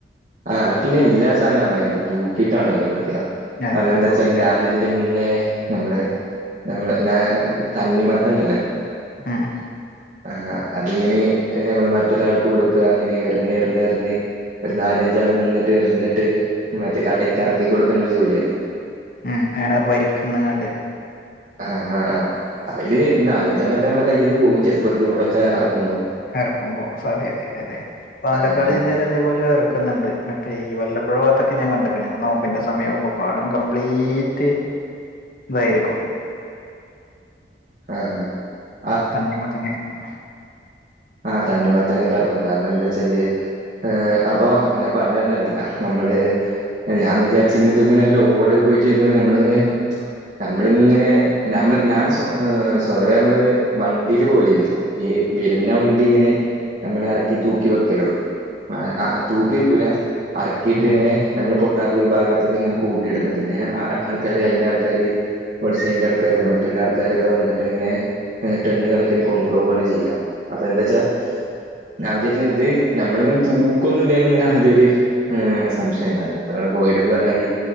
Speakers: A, on the right (about 45°); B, on the left (about 50°).
A: അഹ് പിന്നെ എല്ലാ സാനവും അങ്ങനെ വരനത് തൂക്കിയിട്ടാണല്ലോ കൊടുക്ക
B: അതെ
A: കാരണന്താച്ചാല്
B: തൂക്കിട്ടാണ്
A: ഞാൻ തിന് മുന്നേ നമ്മൾ നമ്മൾ ഞ്ഞ തണ്ണിമത്തൻണ്ടല്ലോ
B: ആഹാ
A: ആ അതിങ്ങനെ മ്മൾ മറ്റൊരാൾക്ക് കൊടുക്കാ അങ്ങനെറിഞ്ഞ് റിഞ് ന്ന് ഒര്നാലഞ്ചാള് നിന്ന്ട്ട് എറിഞ്ഞ്ട്ട് മറ്റേക്കാടേക്ക് എറക്കി കൊടുക്ന്ന ഒരു ജോലിയാ
B: ഉം ങ്ങെനെ വരിക്ക്ന്നാണ്ട്
A: ആ ആ ആ അപ്പൊ അയില് നാലഞ്ചെണ്ണൊക്കെ മ്മളെ കയ്യിന്ന് പോവും ചെലപ്പോ ഒരു ലോടൊക്കെ അറക്ക്മ്പോ
B: അറക്കുമ്പോ ഫതെ അതെ അതെ അതെ പാലക്കാട്
A: ആഹ്
B: ജില്ലയിലേക്കെ ഇതേ പോലെ എറക്കുന്നുണ്ട് മറ്റേ വല്ല പൊഴ ഭാത്തൊക്കെ ഞൻ കണ്ട്ക്ക്ണ് നോമ്പിന്റെ സമയാവ് മ്പോ പാടം കംപ്ലീറ്റ്
A: <inaudible>
B: തയിരിക്കും
A: ആഹ് ആ
B: തണ്ണി മത്തനായിരുന്നു
A: ആഹ് തണ്ണിമത്തനേ കറക്കും കാരണം എന്താച്ചാല് ഏ്ഹ് അപ്പൊ ഞാൻ പറഞ്ഞ് വരുന്നതല്ല നമ്മള് ന്നെ ഞാൻ വിചാരിച്ചിന്നത് ഇങ്ങനെ ലോട് പോയിട്ട് രുന്ന നമ്മള്ങ്ങനെ നമ്മളിങ്ങനെ ഞമ്മൾ ഞാൻ സ് ഹ് സ്വതവേ മ്മള് വണ്ടീല് പോവലില്ല ഈ വര്ന്ന വണ്ടിങ്ങനെ ഞങ്ങളെ എറക്കി തൂക്കി വെക്കലോള്ളൂ ആ അഹ് തൂക്കി വിക്കൂല അറക്കിട്ട്
B: ഉം ഉം
A: ഇങ്ങനെ നമ്മള് പൊട്ടാത്ത ഒരു ഭാഗത്തേക്ക്ങ്ങനെ കൂട്ടിയിട്ലാ പിന്നെ അഹ് ആൾക്കാര് അയിന്റെ ആൾക്കാര് ഹോൾസെയിലിന്റെ ആൾക്കാരും മറ്റുള്ള ആൾക്കാരൊക്കെ വന്നിട്ട്ങ്ങനെ ടെണ്ണുകണക്കിന് കൊണ്ടോവാണ് ചെയ്യ അപ്പെന്താച്ചാ ഞാ വിചരിച്ചു ഇത് ഞമ്മളിങ്ങനെ തൂക്കൊന്നില്ലന്ന് ഇങ്ങനെ <unintelligible> ഒരു സംശയം ഉണ്ടായിന്നു അപ്പങ്ങള് പോയിട്ടന്ന് പറഞ്ഞാരി